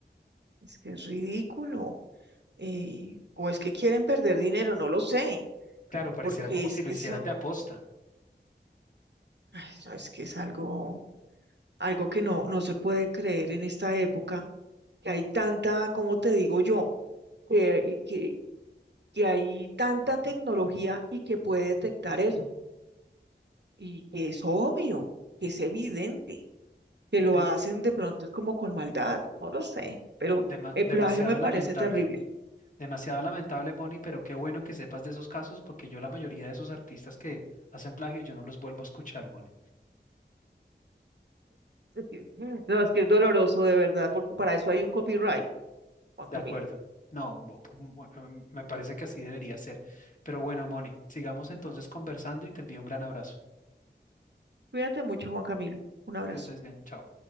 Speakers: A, on the right (about 75°); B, on the left (about 45°).
A: es que es ridículo. eh, o es que quieren perder dinero, no lo sé
B: Claro, pareciera
A: porque
B: como
A: es
B: si lo
A: que
B: hicieran
A: eso,
B: de aposta.
A: ay, no, es que es algo, algo que no, no se puede creer en esta época, que hay tanta, como te digo yo, que, y que, que hay tanta tecnología y que puede detectar eso, y que es obvio, que es evidente, que lo
B: Eh,
A: hacen de pronto es como con maldad, no lo sé, pero
B: dema-
A: el
B: demasiado
A: plagio me parece
B: lamentable,
A: terrible.
B: demasiado lamentable, Moni, pero qué bueno que sepas de esos casos porque yo la mayoría de esos artistas que hacen plagio yo no los vuelvo a escuchar, Moni.
A: <laughs> No, es que es doloroso de verdad, porque para eso hay un copyright, Juan
B: De
A: Camilo.
B: acuerdo. No, bu- bu- bu- em, me parece que así debería ser. Pero bueno, Moni, sigamos entonces conversando y te envío un gran abrazo.
A: Cuídate mucho, Juan Camilo. Un abrazo.
B: Que estés bien. Chao.